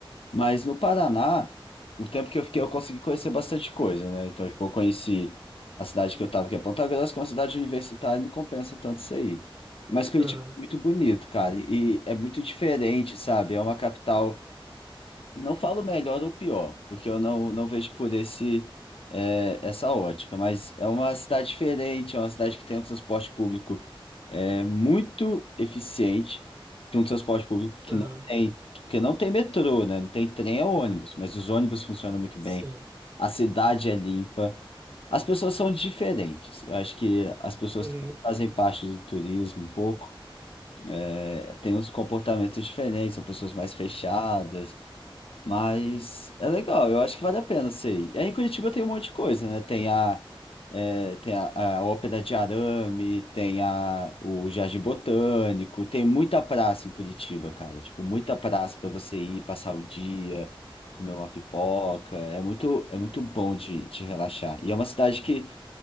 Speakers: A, on the left; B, on the right.
A: Mas no Paraná, o tempo que eu fiquei, eu consegui conhecer bastante coisa, né? Então, tipo, eu conheci a cidade que eu tava, que é Ponta Grossa, que é uma cidade universitária, não compensa tanto isso aí. Mas Curitiba
B: aham,
A: é muito bonito, cara, e é muito diferente, sabe? É uma capital. Não falo melhor ou pior, porque eu não, não vejo por esse, é, essa ótica, mas é uma cidade diferente, é uma cidade que tem um transporte público é, muito eficiente, tem um transporte público que
B: aham,
A: não tem, porque não tem metrô, né? Não tem trem ou ônibus, mas os ônibus funcionam muito
B: sim,
A: bem, a cidade é limpa, as pessoas são diferentes. Eu acho que as pessoas
B: uhum,
A: também fazem parte do turismo um pouco, é, tem uns comportamentos diferentes, são pessoas mais fechadas. Mas é legal, eu acho que vale a pena sei. E aí em Curitiba tem um monte de coisa, né? Tem a, é, tem a, a Ópera de Arame, tem a, o Jardim Botânico, tem muita praça em Curitiba, cara. Tipo, muita praça para você ir, passar o dia, comer uma pipoca. É muito, é muito bom de, de relaxar. E é uma cidade que